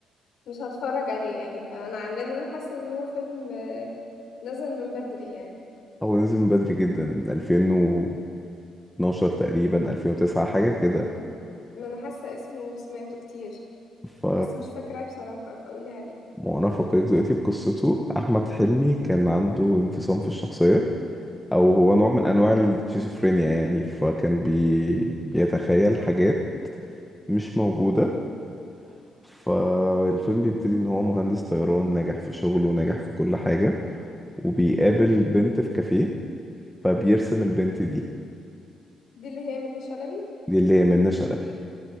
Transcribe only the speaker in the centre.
هو نزل من بدري جدا من 2012 تقريبا 2009 حاجة كده
ف
وأنا أفكرك دلوقتي بقصته أحمد حلمي كان عنده انفصام في الشخصية أو هو
نوع من أنواع الشيزوفرينيا يعني فكان بي... بيتخيل حاجات مش موجودة فالفيلم بيبتدي إن هو مهندس طيران ناجح في شغله ناجح في كل حاجة وبيقابل بنت في كافيه فبيرسم البنت دي
دي اللي هي منة شلبي